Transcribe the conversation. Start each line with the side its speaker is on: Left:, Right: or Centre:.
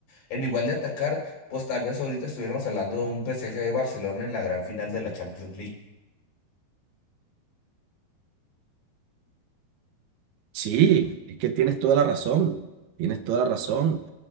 Left: en igual de atacar, pues tal vez ahorita estuviéramos hablando de un PSG de Barcelona en la gran final de la Champions League.
Right: Sí, es que tienes toda la razón, tienes toda la razón.